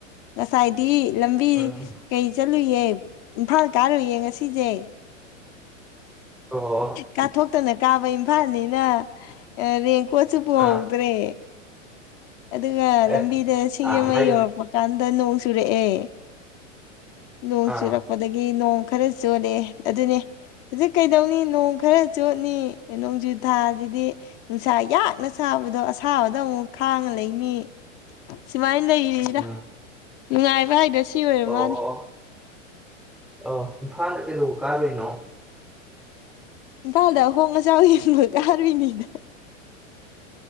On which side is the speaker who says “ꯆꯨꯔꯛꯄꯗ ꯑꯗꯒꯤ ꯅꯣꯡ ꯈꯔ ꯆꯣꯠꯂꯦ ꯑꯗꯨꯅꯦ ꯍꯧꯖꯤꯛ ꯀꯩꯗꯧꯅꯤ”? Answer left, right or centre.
Left